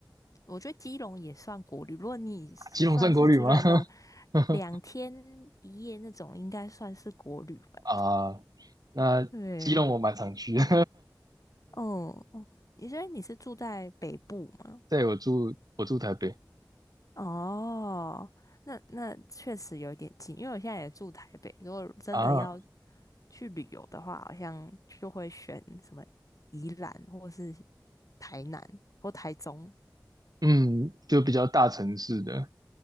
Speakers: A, on the left (about 50°); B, on the right (about 60°).
A: 我觉得基隆也算国旅。如果你算是出去玩那种
B: 基隆算国旅吗？<laughs>
A: 两天一夜那种，应该算是国旅吧？
B: 啊，那基隆我蛮常去的，
A: 对，哦哦，你觉得你是住在北部吗？
B: <laughs> 对，我住我住台北
A: 哦，那那确实有点近，因为我现在也住台北。如果真的要
B: 啊，
A: 去旅游的话，好像就会选什么宜兰或是台南或台中。
B: 嗯，就比较大城市的，